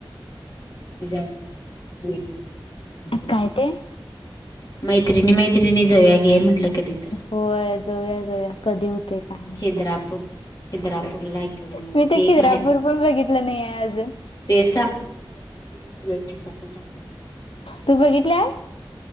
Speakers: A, on the left (about 45°); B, on the left (about 80°).
A: जायेच <unintelligible>
B: काय ते?
A: मैत्रिणी मैत्रिणी जाऊया की म्हटलं कधी तर
B: होय जाऊया जाऊया कधी होतय काय माहिती
A: खिद्रापूर खिद्रापूरला इकडं
B: मी त
A: ते एक
B: किरापूर पण बघितलं नाहीये अजून
A: तेच सांगलंय जवळचे सगळे ठिकाण रायले.
B: तू बघितलास